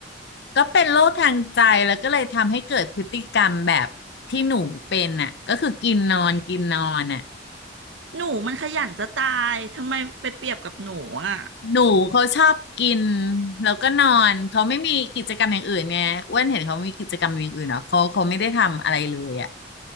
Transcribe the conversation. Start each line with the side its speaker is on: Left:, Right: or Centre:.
Left: ก็เป็นโรคทางใจแล้วก็เลยทำให้เกิดพฤติกรรมแบบที่หนูเป็นน่ะก็คือกินนอนกินนอนน่ะ
Right: หนูมันขยันจะตายทำไมไปเปรียบกับหนูอ่ะ
Left: หนูเขาชอบกินแล้วก็นอนเขาไม่มีกิจกรรมอย่างอื่นไงอ้วนเห็นเขามีกิจกรรมอย่างอื่นเนาะเขาเขาไม่ได้ทำอะไรเลยอ่ะ